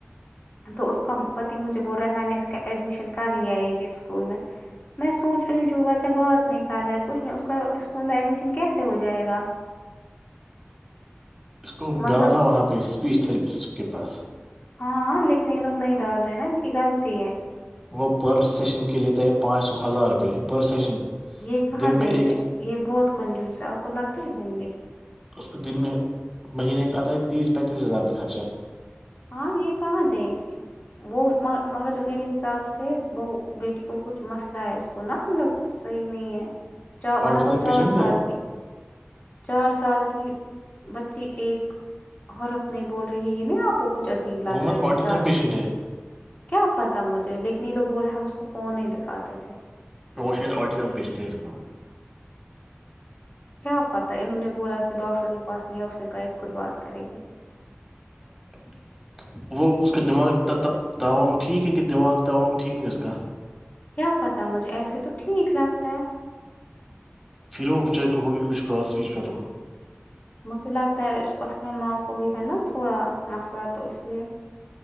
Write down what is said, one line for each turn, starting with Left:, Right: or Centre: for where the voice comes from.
Left: تو اس کا پتی مجھے بول رہا ہے میں نے اس کا ایڈمیشن کارڈ لیا ہے کہ اسکول میں میں سوچ رہی ہوں جو بچہ بات نہیں کر رہا ہے کچھ نہیں اس کا اسکول میں ایڈمیشن کیسے ہو جائے گا
Centre: اس کو
Left: مطلب
Centre: گانا تھا وہاں پہ اسپیچ تھراپسٹ کے پاس
Left: ہاں لیکن یہ لوگ نہیں ڈ رہے نا ان کی غلطی ہے
Centre: وہ پر سیشن کے لیتا ہے پانچ سو ہزار روپئے پر سیشن
Left: یہ کہاں
Centre: دن
Left: دیں
Centre: میں ایک
Left: گے
Centre: اس
Left: یہ بہت کنجوس ہے آپ کو لگ کے ہی دیں گے
Centre: اس کو دن میں مہینے کا آتا ہے تیس پینتیس ہزارپ خرچہ
Left: ہاں یہ کہاں دیں گے وہ مگر میرے حساب سے وہ بیٹی کو کچھ مسئلہ ہے اس کو نا مطلب صحیح نہیں ہے چ منب
Centre: آٹزم
Left: وہ چار
Centre: پیشنٹ
Left: سال
Centre: ہے
Left: کی چار سال کی بچی ایک حرف نہیں بول رہی ہے یہ نہیں آپ کو کچھ عجیب لگ
Centre: وہ مت
Left: رہا ہے جو
Centre: آٹزم
Left: چار
Centre: پیشنٹ ہے
Left: کیا پتا مجھے لیکن یہ لوگ بولے ہم اس کو فون نہیں دکھاتے تھے
Centre: روشن اورٹیزم پیسٹ ہے اس کو
Left: کیا پتا انہوں نے بولا کہ ڈاکٹر کے پاس لیا اس نے کہای خود بات کرے گی
Centre: <inaudible> وہ اس کے دماغ تاون ٹھیک ہے کہ دماغ تاون ٹھیک نہیں اس کا
Left: کیا پتا مجھے ایسے تو ٹھیک لگتا ہے
Centre: پھر وہچا کو ہوگی کچھ پراس پچ پلوں
Left: مجھے لگتا ہے اس کو اصلم ماں کو بھی ہے نا تھوڑا مسئلہ تو اس لیے